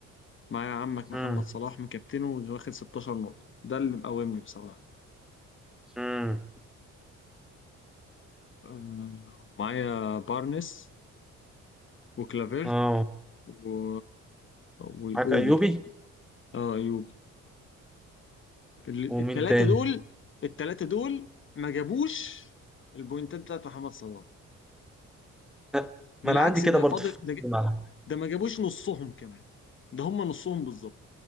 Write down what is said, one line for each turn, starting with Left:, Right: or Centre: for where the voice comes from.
Left: معايا عمك محمد
Centre: امم
Left: صلاح مكابتنه واخد 16 نقطة ده اللي مقومني بصراحة
Centre: امم
Left: آه، معايا بارنس وكلافيرت
Centre: اه
Left: و... والاوبي
Centre: معاك ايوبي
Left: اه ايوبي ال-
Centre: ومين
Left: التلاتة
Centre: تاني
Left: دول التلاتة دول ما جابوش البوينتات بتاعت محمد صلاح
Centre: لا،
Left: بالعكس
Centre: ما انا عندي كده
Left: ده
Centre: برضو
Left: فاضل
Centre: في
Left: ده, ج-
Centre: الملعب
Left: ده ما جابوش نصهم كمان ده هم نصهم بالظبط